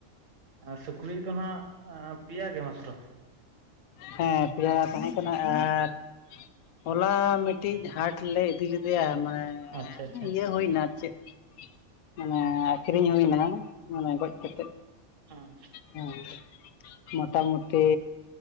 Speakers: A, on the right; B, on the left.
A: ᱥᱩᱠᱨᱤ ᱫᱚ ᱦᱟᱸᱜ ᱯᱮᱭᱟ ᱜᱮ ᱢᱟᱛᱨᱚ
B: ᱦᱮᱸ ᱯᱮᱭᱟ ᱛᱟᱦᱮᱸ ᱠᱟᱱᱟ ᱟᱨ ᱦᱚᱞᱟ ᱢᱤᱫᱴᱤᱡ ᱦᱟᱴ ᱞᱮ ᱤᱫᱤ ᱞᱮᱫᱮᱭᱟ ᱢᱟᱱᱮ
A: ᱟᱪᱪᱷᱟ ᱟᱪᱪᱷᱟ
B: ᱤᱭᱟᱹ
A: ᱦᱮᱸ ᱦᱮᱸ
B: ᱦᱩᱭᱱᱟ ᱪᱮᱫ ᱢᱟᱱᱮ ᱟᱠᱷᱨᱤᱧ ᱦᱩᱭᱱᱟ ᱢᱟᱱᱮ ᱜᱚᱡ ᱠᱟᱛᱮ
A: ᱦᱮᱸ
B: ᱦᱮᱸ ᱢᱚᱴᱟ ᱢᱩᱴᱤ